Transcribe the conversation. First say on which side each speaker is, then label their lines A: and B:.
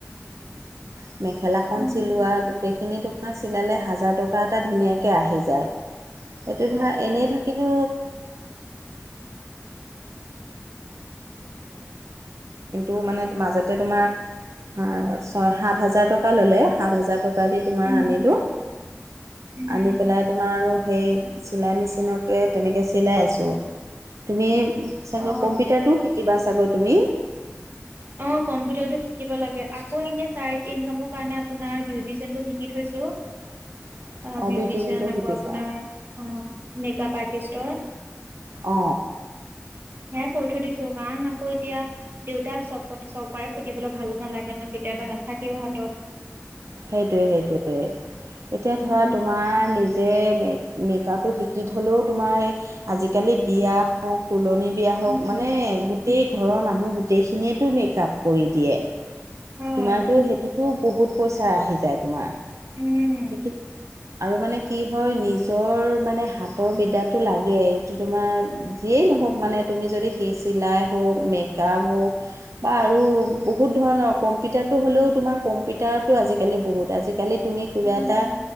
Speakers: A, on the right; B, on the right.
A: <unintelligible> মেখেলাখন
B: উম
A: চিলোৱা গোটেইখিনি তোমাক চিলালে হাজাৰ টকা এটা ধুনীয়াকৈ আহি যায় সেইটো
B: হয়
A: ধৰা এনেই থাকিনো <unintelligible> ম ম ব ব স ব তোমাৰ
B: উম
A: আনিলো
B: উম
A: আনি
B: উম
A: পেলাই তোমাৰ আৰু সেই চিলাই মেচিনকে তেনেকৈ চিলাই আছোঁ, তুমি চাগৈ
B: অ
A: কম্পিউটাৰটোও শিকিবা চাগৈ তুমি।
B: অ', কম্পিউটাৰটো শিকিব লাগে, আকৌ এনে চাইদ ইনকামৰ কাৰণে আপোনাৰ বিউটিচিয়ানটো শিকি থৈছো।
A: <inaudible>
B: অ', বিউটিচিয়ান
A: বিউটিচিয়ানটো
B: আকৌ
A: শিকিছা
B: আপোনাৰ অ', মেকআপ আৰ্টিষ্ট হয়।
A: অ
B: সে কৈ থৈ দিছো কাৰণ আকৌ এতিয়া দেউতাক চব চবাৰে সুধিবলৈ ভালো নালাগে ন কেতিয়াবা নাথাকিও হাতত
A: সেইটোৱে সেইটোয়ে এতিয়া
B: উম,
A: ধৰা তোমাৰ নিজ যে মে মেকআপটো শিকি থ'লেও তোমাৰ আজিকালি বিয়া হও তোলনি বিয়া হওঁক
B: উম,
A: মানে গোটেই ঘৰৰ মানুহ গোটেইখিনিয়েতো মেকআপ কৰি দিয়ে।
B: হয়
A: তোমাৰতো সেইটোতো বহুত পইচা আহি যায় তোমাৰ।
B: উম।
A: সেইখিনি আৰু মানে কি হয় নিজৰ মানে হাতৰ বিদ্যাটো লাগে এইটো তোমাৰ যিয়েই নহওঁক মানে তুমি যদি সেই চিলাই হওঁক, মেকআপ হওঁক বা আৰু বহুত ধৰণৰ ৰ কম্পিউটাৰটো হ'লেও, কম্পিউটাৰটো আজিকালি বহুত, আজিকালি তুমি কিবা
B: উম
A: এটা